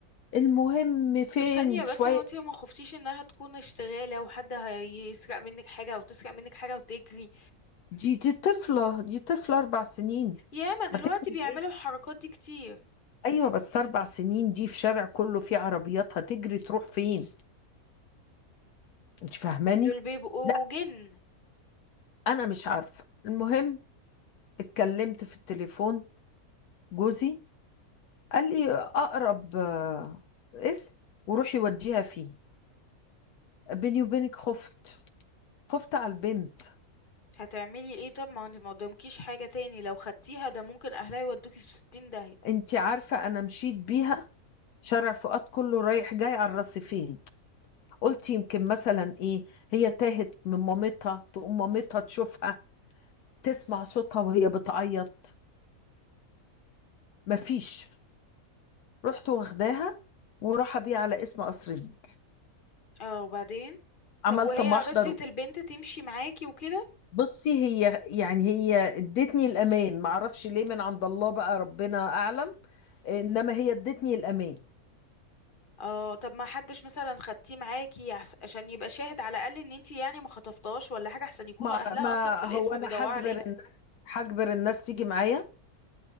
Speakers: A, on the left; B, on the left.
A: المهم فين
B: طب ثانية بس
A: شوية
B: هو انتي ما خفتيش انها تكون اشتغالة وحد هيسرق منك حاجة او تسرق منك حاجة وتجري
A: دي دي طفلة دي طفلة اربع سنين
B: ياما
A: هتجري
B: دلوقتي بيعملوا
A: ايه
B: الحركات دي كتير
A: ايوه بس اربع سنين دي في شارع كله فيه عربيات هتجري تروح فين انت فاهماني
B: دول بيبقوا
A: لا
B: جن
A: انا مش عارفة المهم اتكلمت في التليفون جوزي قال لي اقرب آه، اسم وروحي وديها فيه بيني وبينك خفت خفت على البنت
B: هتعملي ايه طب ما انت ما قدامكيش حاجة تاني لو خدتيها ده ممكن اهلها يودوكي في ستين داهية
A: انت عارفه انا مشيت بيها شارع فؤاد كله رايح جاي على الرصيفين قلت يمكن مثلا ايه هي تاهت من مامتها تقوم مامتها تشوفها تسمع صوتها وهي بتعيط مفيش رحت واخداها وراح بيها على اسم قصر النيل
B: اه وبعدين
A: عملت
B: طب وهي
A: محضر
B: رضيت البنت تمشي معاكي وكده
A: بصي هي يعني هي ادتني الامان ما اعرفش ليه من عند الله بقى ربنا اعلم انما هي ادتني الامان
B: اه طب ما حدش مثلا خدتيه معاكي عش- عشان يبقى شاهد على الاقل ان انتي يعني ما خطفتهاش ولا حاجه احسن يكونوا
A: ما
B: اهلها
A: ما
B: اصلا في القسم
A: هو انا
B: بيدوروا
A: هجبر
B: عليها
A: الناس هجبر الناس تيجي معايا